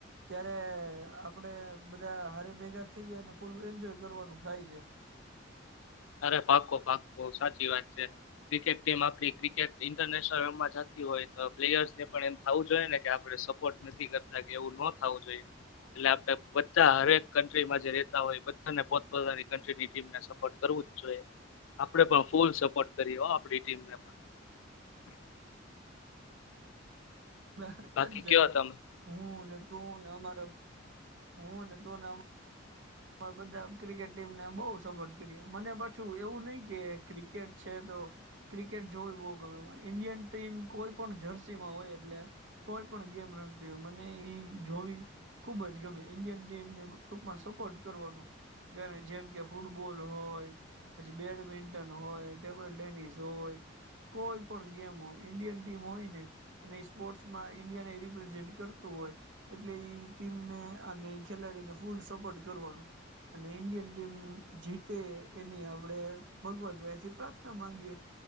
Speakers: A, on the right; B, on the left.
A: ત્યારે આપડે બધા હ ભેગા થઈ જાય ને ફૂલ એન્જોય કરવાનું. થાય છે.
B: અરે પાકો પાકો સાચી વાત છે. ક્રિકેટ ટીમ આપડી ક્રિકેટ ઇન્ટરનેશનલમાં જતી હોય તો પ્લેયર્સ ને પણ એમ થવું જોઈએ ને કે આપડે સપોર્ટ નથી કરતા કે એવું ન થું જોઈએ. એટલે આપડે બધા હરેક કન્ટ્રીમાં જે રેતા હોય બધાને પોતપતાની કની ટીમને સપોર્ટ કરવું જોઈએ આપડે ‌ પણ ફૂલ સપોર્ટ કરી આપડી ટીમને પણ.
A: બાહર
B: બાકી
A: કત જાયલા
B: કયો તમે
A: હું ને તું ને અમારો હું ને તું ને હમા માં બધા ક્રિકેટ ટીમને બહુ સપોર્ટ કરીએ. મને પાછું એવું નહી કે ક્રિકેટ છે તો ક્રિકેટ જોવી બહુ ગમે ઈન્ડિયન ટીમ કોઈ પણ જર્સીમાં હોય એટલે કોઈ પણ ગેમ રમતી હોય મને એઈ જોવી ખુબ જ ગમે ઈન્ડિયન ટીમને ટૂંકમાં સપ પોર્ટ કરવાનું. જ્યારે જેમ કે ફૂટબોલ હોય પછી બેડમિન્ટન હોય ટેબલ ટેનિસ હોય કોઈ પણ ગેમ હોય ઈન્ડિયન ટીમ હોય ને અને સ્પોર્ટ્સમાં ઈન્ડિયાને રિપ્રેઝન્ટ કરતું હોય એટલે ટીમને અને ખેલાડીને ફૂલ સપોર્ટ કરવાનું. અને ઇન્ડિયન ટીમ જીતે એની આપડે ભગવાન ભાઈ થી પ્રાર્થના માંગીએ.